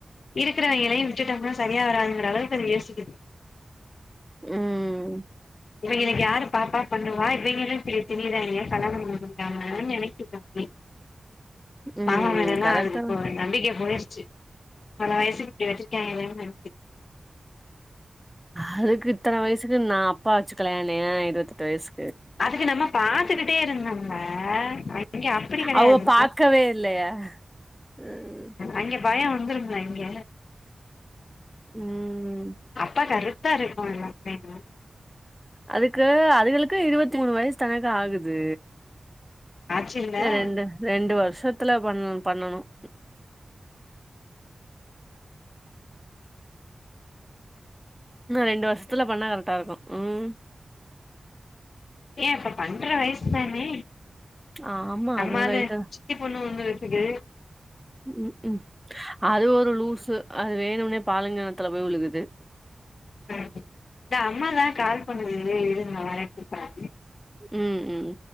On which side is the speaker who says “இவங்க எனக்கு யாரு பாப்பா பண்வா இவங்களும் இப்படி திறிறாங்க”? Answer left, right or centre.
Left